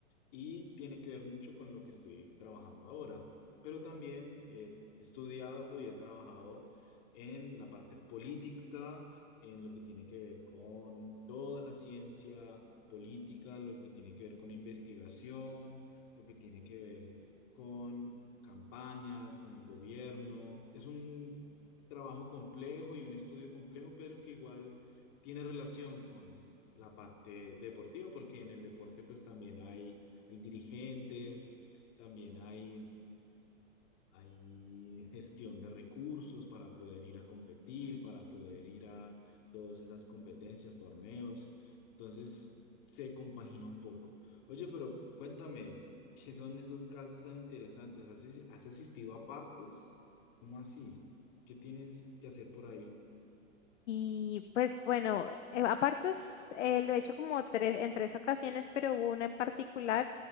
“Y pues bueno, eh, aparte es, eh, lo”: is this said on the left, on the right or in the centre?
Left